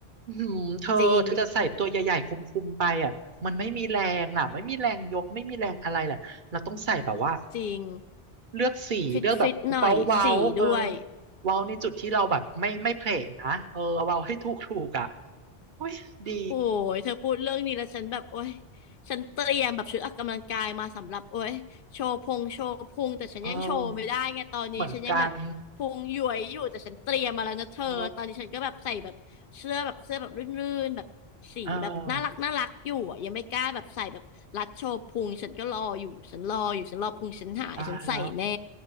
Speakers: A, on the right; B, on the left.
A: อืมเธอเธอจะใส่ตัวใหญ่ๆคุมๆไปอ่ะมันไม่มีแรงอ่ะไม่มีแรงยกไม่มีแรงอะไรแหละเราต้องใส่แบบว่า
B: จริงจริง
A: เลือกสีเลือกแบบเว้าเว้าเออ
B: ฟิตฟิตหน่อยสีด้วย
A: เว้าในจุดที่เราแบบไม่ไม่เพลทนะเออเว้าให้ถูกถูกอ่ะอุ้ยดี
B: โอ้ยเธอพูดเรื่องนี้แล้วฉันแบบโอ้ยฉันเตรียมแบบชุดออกกำลังกายมาสำหรับโอ้ยโชว์พุงโชว์พุงแต่ฉันยังโชว์ไม่ได้ไงตอนนี้ฉันยังแบบพุงหย้วยอยู่แต่ฉันเตรียมมาแล้วนะเธอตอนนี้ฉันก็แบบใส่แบบเสื้อแบบเสื้อแบบรื่นๆแบบสีแบบน่ารักน่ารักอยู่อะยังไม่กล้าแบบใส่แบบรัดโชว์พุงฉันก็รออยู่ฉันรออยู่ฉันรอพุงฉันหายฉันใส่แน่
A: เออ เหมือนกันเอออ่าตายแล้ว